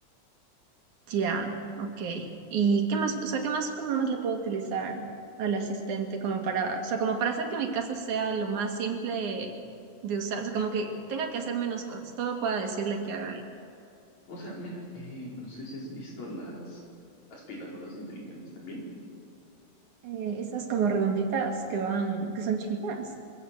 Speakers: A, on the right; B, on the left.
A: Ya, ok. ¿Y qué más, o sea, qué más, cómo más le puedo utilizar al asistente como para, o sea, como para hacer que mi casa sea lo más simple de usar, o sea, como que tenga que hacer menos cosas, todo pueda decirle que haga.
B: O sea, mira, eh, no sé si has visto las aspiradoras inteligentes también.
A: Eh, esas como redonditas que van, que son chiquitas,